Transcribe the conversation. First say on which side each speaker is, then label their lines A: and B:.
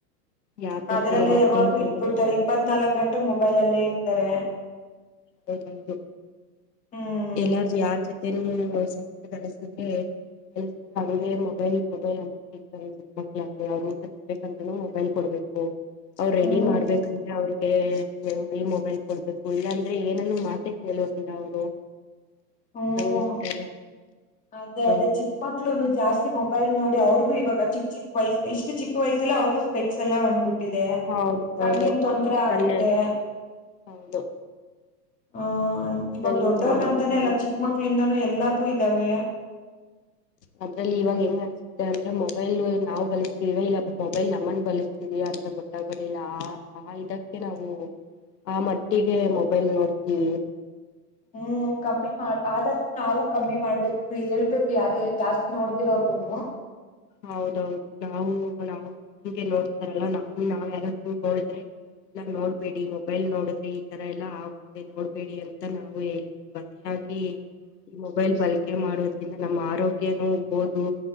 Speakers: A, on the left; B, on the left.
A: ಯಾರ್ ಜೊತೆ
B: ಅದ್ರೆಲ್ಲ
A: ಎಲ್ಲ
B: ಯಾವಾಗ
A: ಸ್ನೇಹಿತರೊಂದಿಗೆಲ್ಲ
B: ಇಟ್ಬಿಡ್ತಾರೆ ಇಪ್ಪತ್ ನಾಲ್ಕಕ್ ಗಂಟೆ ಮೊಬೈಲ್ ಅಲ್ಲೇ ಇರ್ತಾರೆ.
A: ಹೌದೌದು
B: ಹ್ಮ್
A: ಎಲ್ಲಾರ್ಜು ಯಾರ್ ಜತೆ ತೇನು ಸಮಯ ಕಾಣಸಿದ್ರೆ. ಕೆಸ ಹಂಗಗೆ ಮೊಬೈಲ್ ಮೊಬೈಲ್ ಅಂತೇತಾರೆ ಸಿಕ್ಕ ಮಕ್ಳೆ ಅವ್ರು ಊಟ ತಿನ್ಬೇಕಂದ್ರೂ ಮೊಬೈಲ್ ಕೊಡ್ಬೇಕು. ಅವ ರೆಡಿ
B: ಹ್ಮ್
A: ಮಾಡ್ಬೇಕಂದ್ರೆ ಅವ್ರಿಗೆ ಈ ಮೊಬೈಲ್ ಕೊಡ್ಬೇಕು ಇಲ್ಲಂ ಆದ್ರೆ ಏನನ್ನು ಮಾತೆ ಕೇಳೋದಿಲ್ಲ ಅವರು.
B: ಹ್ಮ
A: ಹಂಗಿರ್ತಾರೆ
B: ಅದೇ
A: ಹೌದು
B: ಅದೇ ಚಿಕ್ಕ ಮಕ್ಳೂನು ಜಾಸ್ತಿ ಮೊಬೈಲ್ ನೋಡಿ. ಅವ್ರಿಗು ಇವ ಚಿ ಚಿಕ್ ವಯಸ್ ಇಷ್ಟ ಚಿಕ್ ವಯಸ್ಸಲ್ಲ ಅವ್ರಗೂ ಸ್ಪೆಕ್ಸ್ ಎಲ್ಲಾ ಬಂದ್ ಬಿ ಬಿಟ್ಟಿದೆ
A: ಹೌದು ಹೌದು
B: ಕಣ್ಣಿನ ತೊಂದರೆ ಆಗುತ್ತೆ.
A: ಕಣ್ಣೆ ಹೌದು
B: ಹ
A: ಇದ್ರಲ್ಲಿ
B: ಇವಾಗ ದೊಡ್ಡವರ್ಗಂತಾನೇ ಎಲ್ಲ ಚಿಕ್ಕ ಮಕ್ಳಿಂದನೂ ಎಲ್ಲಾರ್ಗೂ ಇದ್ದಾವೆ.
A: ಅದ್ರಲ್ಲಿ ಇವಾಗ ಹೆಂಗ್ ಅನ್ಸುತ್ತೆ ಅಂದ್ರೆ ಮೊಬೈಲ್ ನಾವು ಬಳಸ್ತಿದೀವ ಇಲ್ಲ ಮೊಬೈಲ್ ನಮ್ಮನ್ ಬಳಸ್ತಿದ್ಯ. ಇದಾ ಅಂತ ಗೊತ್ತಾಗೊದಿಲ್ಲ ಆ ಆ ಇದಕ್ಕೆ ನಾವು. ಆ ಮಟ್ಟಿಗೆ ಮೊಬೈಲ್ ನೋಡ್ತೀವಿ.
B: ಹ್ಮ್ ಕಮ್ಮಿ ಮಾಡ ಆದಷ್ಟು ನಾವು ಕಮ್ಮಿ ಮಾಡ್ಬೇಕು ಹೇಳ್ಬೇಕು ಯಾರು ಜಾಸ್ತಿ ನೋಡ್ತಿರೋವ್ರಗುನು.
A: ಹೌದೌದು ನಾವು ನಾವು ಹಂಗೆ ನೋಡ್ತಾರಲ್ಲ ನಮ್ ನಾವ್ ಯಾರದ್ರು ನೋಡಿದ್ರೆ. ಇಲ್ಲ ನೋಡ್ಬೇಡಿ ಮೊಬೈಲ್ ನೋಡಿದ್ರೆ ಈ ತರ ಎಲ್ಲಾ ಆಗುತ್ತೆ ನೋಡ್ಬೇಡಿ ಅಂತ ನಾವು ಹೇಳ್ಬೇಕು. ಹಾಗಿ ಈ ಮೊಬೈಲ್ ಬಲ್ಕೆ ಮಾಡೋದು. ಯಿಂದ ನಮ್ಮ ಆರೋಗ್ಯನೂ ಓದು